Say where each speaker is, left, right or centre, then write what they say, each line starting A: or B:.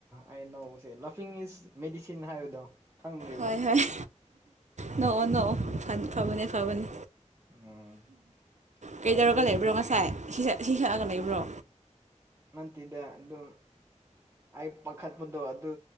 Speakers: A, on the right (about 20°); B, on the right (about 70°).
A: ꯑꯩꯅꫭꯕꯁꯦ ꯂꯚꯤꯡ ꯏꯁ ꯃꯦꯗꯤꯁꯤꯟ ꯍꯥꯏꯕꯗꯣ ꯈꯪꯗ꯭ꯔꯤꯕꯣ
B: ꯍꯣꯏ ꯍꯣꯏ ꯅꯣꯛꯑꯣ ꯅꯣꯛꯑꯣ ꯐꯕꯅꯦ ꯐꯕꯅꯦ
A: ꯎꯝ ꯍꯣꯏ
B: ꯀꯩꯗꯧꯔꯒ
A: ꯑꯩꯈꯣꯏꯒꯤ
B: ꯂꯩꯕ꯭ꯔꯣ ꯉꯁꯥꯏ ꯍ ꯁꯛꯑꯒ ꯂꯩꯕ꯭ꯔꯣ
A: ꯅꯠꯇꯦꯗ ꯑꯗꯨ ꯑꯩ ꯄꯥꯈꯠꯄꯗꯣ ꯑꯗꯨ